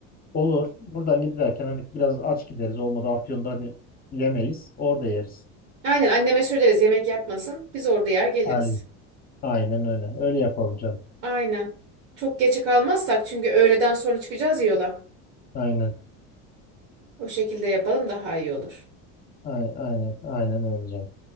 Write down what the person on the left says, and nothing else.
Olur. Buradan giderken hani biraz aç gideriz. Olmadı Afyon'da hani yemeyiz. Orada yeriz.
Aynen. Aynen öyle. Öyle yapalım canım.
Aynen.
Aynen. Aynen, aynen öyle canım.